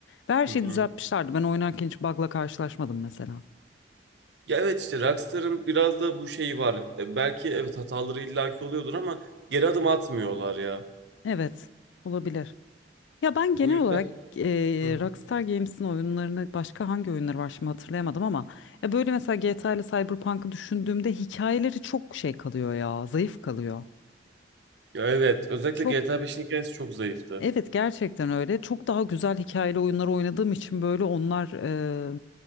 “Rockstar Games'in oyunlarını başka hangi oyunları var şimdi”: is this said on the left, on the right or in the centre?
Left